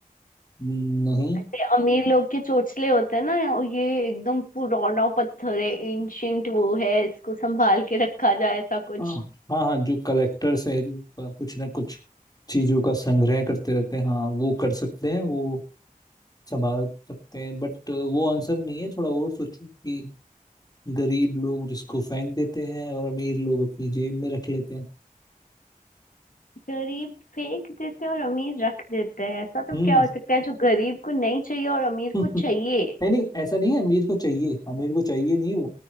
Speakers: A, on the left (about 25°); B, on the left (about 70°).
A: नहीं
B: ऐसे अमीर लोग के चोंचले होते हैं ना ये एकदम पुराना पत्थर है एंशियंट वो है इसको संभाल के रखा जाए ऐसा कुछ
A: हाँ हाँ हाँ, जो कलेक्टर्स है जो प- कुछ ना कुछ चीजों का संग्रह करते रहते हैं हाँ वो कर सकते हैं वो संभाल सकते हैं बट वो आंसर नहीं है थोड़ा और सोचो कि गरीब लोग जिसको फेंक देते हैं और अमीर लोग अपनी जेब में रख लेते हैं
B: गरीब फेंक देते हैं और अमीर रख देते हैं ऐसा तो
A: हम्म
B: क्या हो सकता है जो गरीब को नहीं चाहिए और अमीर
A: <laughs>
B: को चाहिए
A: नहीं नहीं ऐसा नहीं है अमीर को चाहिए अमीर को चाहिए नहीं वो